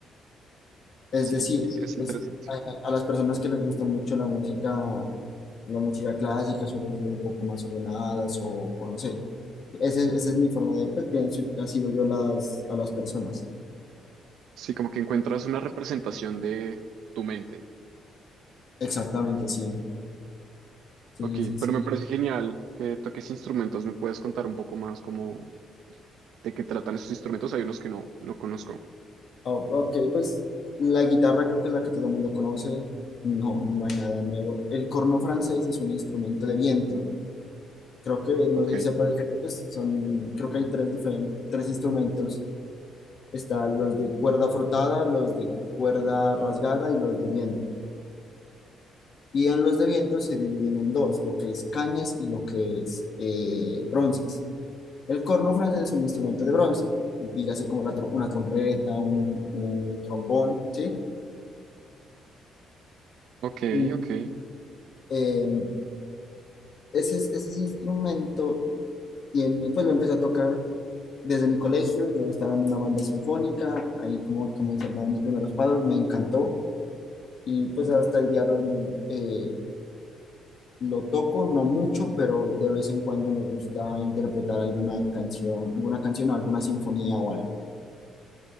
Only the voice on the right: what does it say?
Sí,
es
interesante.
Sí, como que encuentras una representación de tu mente.
Ok,
pero
me parece genial que toques instrumentos. ¿Me puedes contar un poco más como de qué tratan esos instrumentos? Hay unos que no, no conozco.
Ok,
ok,
ok.